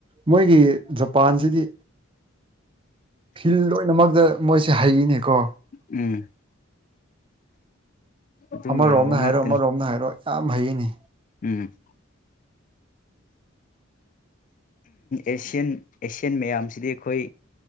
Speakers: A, on the right; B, on the left.
A: ꯃꯣꯏꯒꯤ ꯖꯄꯥꯟꯁꯤꯗꯤ ꯐꯤꯜ ꯂꯣꯏꯅꯃꯛꯇ ꯃꯣꯏꯁꯦ ꯍꯩꯅꯦꯀꯣ
B: ꯎꯝ ꯑꯗꯨꯝ
A: ꯑꯃꯔꯣꯝꯅ
B: ꯌꯥꯕ ꯉꯥꯛꯇꯅꯤ
A: ꯍꯥꯏꯔꯣ ꯑꯃꯔꯣꯝꯗ ꯍꯥꯏꯔꯣ ꯌꯥꯝ ꯍꯩꯅꯤ
B: ꯎꯝ ꯑꯦꯁꯤꯌꯥꯟ ꯑꯦꯁꯤꯌꯥꯟ ꯃꯌꯥꯝꯁꯤꯗꯤ ꯑꯩꯈꯣꯏ